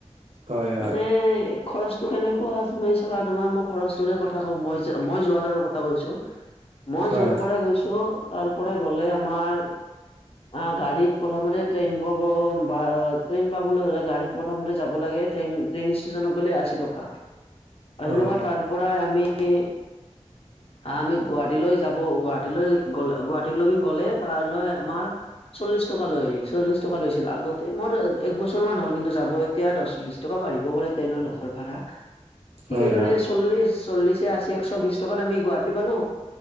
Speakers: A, on the right (about 65°); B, on the left (about 55°).
A: হয় হয়
B: মানে খৰচটো কাৰণে - <unintelligible> তুমি চাবা তোমাৰ মই খৰচটোৰে কথা কওঁ, মই মই যোৱাত আৰু কথা কৈছোঁ। মই
A: হয়
B: যৰ পৰা গৈছো তাৰ পৰা গ'লে আমাৰ- আহ' গাড়ীত প্ৰথমতে ট্ৰেইন পাব বা ট্ৰেইন পাবলৈ হ'লে গাড়ীত প্ৰথমতে যাব লাগে। ট্ৰেইন ট্ৰেইন ষ্টেশচনত গ'লে আশী টকা,
A: হয়
B: আশী টকা তাৰ পৰা আমি-
A: <unintelligible>
B: আমি গুৱাহাটীলৈ যাব গুৱাহাটীলৈ গ'লে, গুৱাহাটীলৈ গ'লে তালৈ আমাৰ- চল্লিশ টকা লৈ চল্লিশ টকা লৈছিল, আগতে মোৰ- এক বছৰ মান হ'ল কিন্তু যাব এতিয়া দহ বিশ টকা বাঢ়িব পাৰে ট্ৰেইনৰ ঘৰ ভাড়া।
A: হয়
B: ঠিক সেইদৰে
A: হয়
B: চল্লিশ-চল্লিশ এ আশি এশ বিশ টকাত আমি গুৱাহাটী পালোঁ।